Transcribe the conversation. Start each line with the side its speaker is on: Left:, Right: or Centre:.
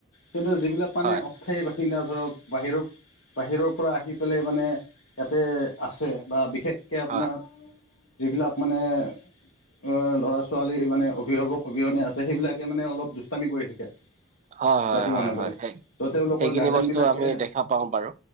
Left: কিন্তু যিবিলাক মানে
Right: হয়
Left: অ স্থায়ী বাসিন্দা ধৰক বাহিৰৰ বাহিৰৰ পৰা আহি পেলাই মানে ইয়াতে আছে বা বিশেষকে আপোনাৰ
Right: হয়
Left: যিবিলাক মানে অ' ল'ৰা-ছোৱালী মানে অভিভাৱক অবিহনে আছে সেইবিলাকে মানে অলপ দুষ্টামি কৰি থাকে।
Right: হয় হয়
Left: ৰাতি মনা
Right: হয় হয়
Left: কৰে ত'
Right: সেই
Left: তেওঁলোকৰ
Right: সেইখিনি
Left: গাৰ্জেন
Right: বস্তু
Left: বিলাকে
Right: আমি দেখা পাওঁ বাৰু